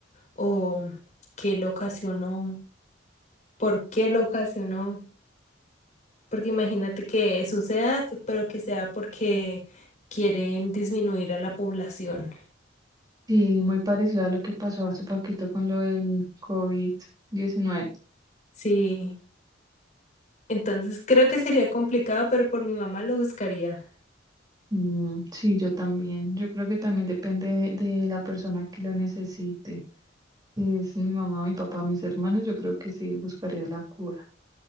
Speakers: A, on the left (about 35°); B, on the right (about 20°).
A: o qué lo ocasionó, por qué lo ocasionó. Porque imagínate que suceda, pero que sea porque quieren disminuir a la población.
B: sí, muy parecido a lo que pasó hace poquito con lo del covid diecinueve.
A: Sí, entonces creo que sería complicado, pero por mi mamá lo buscaría.
B: Mm, sí, yo también. Yo creo que también depende de de la persona que lo necesite. Es mi mamá, mi papá, mis hermanos, yo creo que sí buscaría la cura,